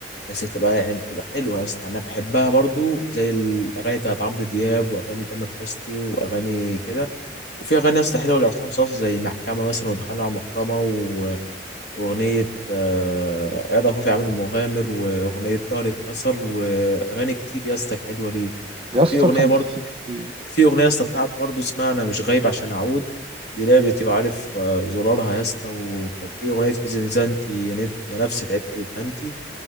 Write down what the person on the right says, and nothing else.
يا
اسطى
كان
في